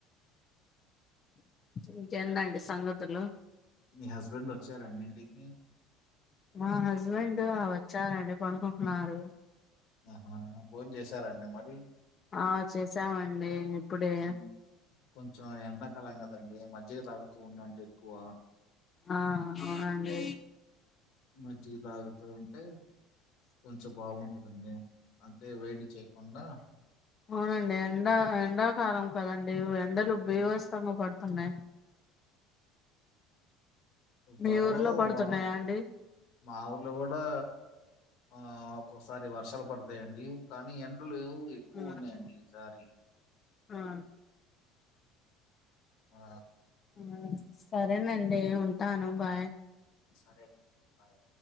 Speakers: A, on the left; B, on the left.
A: ఇంకేందండి సంగతులు
B: మీ హస్బెండ్ వచ్చారా అండి ఇంటికి
A: మా హస్బెండ్ ఆ వచ్చారండి కొనుకుంటున్నారు.
B: అహా భోన్ చేసారండి మరి
A: ఆ చేసామండీ ఇప్పుడే
B: హ్మ్. కొంచెం ఎండాకాలం కదండి మజ్జిగ తాగుతూ ఉండండి ఎక్కువా
A: ఆ అవునండి.
B: మజ్జిగ తాగుతూ ఉంటే కొంచం బాగుంటదండి. అంటే వేడి చేయకుండా
A: అవునండి ఎండ ఎండాకాలం కదండి ఎండలు బీవస్తంగ
B: హ్మ్.
A: పడుతున్నాయి. మీ
B: త్వర్లో
A: ఊర్లో పడుతున్నాయా
B: వా
A: అండి
B: మా ఊర్లో కూడా ఆ ఒక్కొక్కసారి వర్షాల్ పడ్తయండి. కనీ ఎండలు లు ఎక్కు
A: ఆ
B: ఉన్నయండి ఈసారి
A: ఆ
B: ఆ
A: ఆ సరేనండి ఉంటాను బాయ్
B: సరేనండి బాయ్